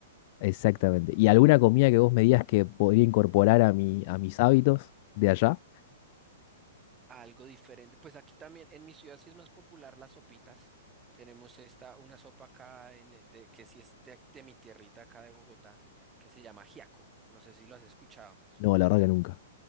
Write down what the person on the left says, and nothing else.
Exactamente. ¿Y alguna comida que vos me digas que podría incorporar a mi, a mis hábitos de allá?
No, la verdad que nunca.